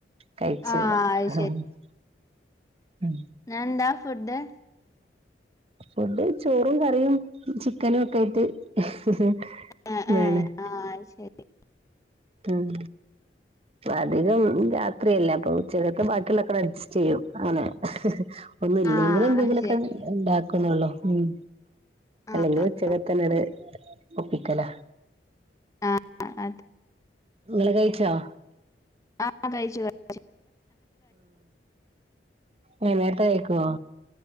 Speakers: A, on the right; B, on the left.
A: കഴിച്ചല്ല
B: ആഹ് അത്
A: <unintelligible>
B: ന്ന ന്താ ഫുഡ്
A: ഫൂഡ് ചോറും കറിയും ചിക്കനും ഒക്കെ ആയിട്ട് <unintelligible>
B: ഏഹ് ഏഹ് ആഹ് അഹ്ശരി
A: ഉം അധികം രാത്രിയല്ലേ അപ്പൊ ഉച്ചകത്തെ ബാക്കിയുള്ളക്കെ അഡ്ജസ്റ്റ് ചെയ്യും അങ്ങനെ ഒന്നല്ലെങ്കിലെ
B: ആഹ്
A: എന്തെങ്കിലൊക്കെ
B: ശരി
A: ഉണ്ടാക്കുനൊള്ളു ഹമ്
B: ആഹ്
A: അല്ലെങ്കിൽ
B: ആഹ്
A: ഉച്ചകത്തന്നേ ഒപ്പിക്കല
B: ആഹ് അത്
A: ങ്ങള് കഴിച്ചോ?
B: ആഹ് കഴിച്ചു കഴിച്ച്
A: ഉം നേരത്തെ കഴിക്കുവോ